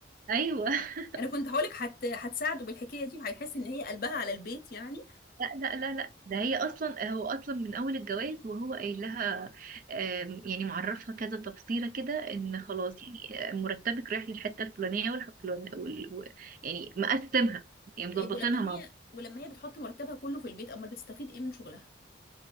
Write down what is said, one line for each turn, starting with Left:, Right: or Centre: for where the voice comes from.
Right: ايوه <laughs>
Left: انا كنت هقولك هت... هتساعده بالحكايه دي وهيحس ان هي قلبها على البيت يعني
Right: لا لا لا لا ده هي اصلا هو اصلا من اول الجواز وهو قايل لها آم، يعني معرفها كذا تفصيله كده ان
Left: مم.
Right: خلاص يعني آه، مرتبك رايح للحته الفلانيه والفلانيه وال... و- يعني مقسمها يعني
Left: طيب
Right: مظبطينها
Left: ولما هي
Right: مع بعض
Left: ولما هي بتحط مرتبها كله في البيت امال بتستفيد ايه من شغلها